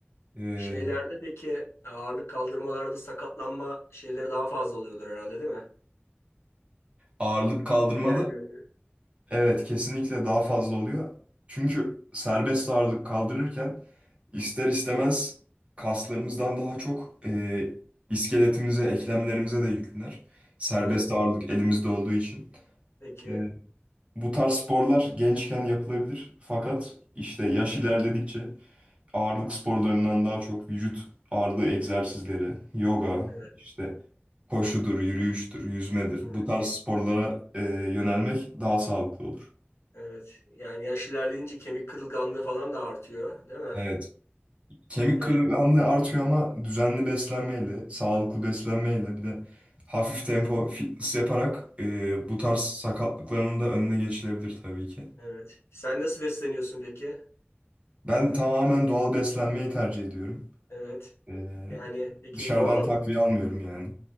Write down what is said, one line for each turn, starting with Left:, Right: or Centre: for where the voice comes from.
Right: Ee,
Left: Şeylerde peki e, ağırlık kaldırmalarda sakatlanma şeyleri daha fazla oluyordur herhalde değil mi?
Right: ağırlık kaldırmada
Left: Diğerleri.
Right: Evet kesinlikle daha fazla oluyor. Çünkü serbest ağırlık kaldırırken ister istemez kaslarımızdan daha çok e, iskeletimize, eklemlerimize de yüklenir. Serbest
Left: Evet.
Right: ağırlık elimizde olduğu için.
Left: Peki.
Right: E, bu tarz sporlar gençken yapılabilir. Fakat işte yaş ilerledikçe ağırlık sporlarından daha çok vücut ağırlığı egzersizleri, yoga,
Left: Evet.
Right: işte koşudur, yürüyüştür, yüzmedir.
Left: Evet.
Right: Bu tarz sporlara e, yönelmek daha sağlıklı olur.
Left: Evet. Yani yaş ilerleyince kemik kırılganlığı falan da artıyor, değil mi?
Right: Evet. Kemik
Left: E,
Right: kırılganlığı artıyor ama düzenli beslenmeyle, sağlıklı beslenmeyle bir de hafif tempo fitness yaparak e, bu tarz
Left: Hı,
Right: sakatlıkların da önüne geçilebilir tabii ki.
Left: Evet. Sen nasıl besleniyorsun peki?
Right: Ben tamamen doğal beslenmeyi tercih ediyorum.
Left: Evet.
Right: E,
Left: Yani peki
Right: dışarıdan
Left: doğal ama
Right: takviye almıyorum yani.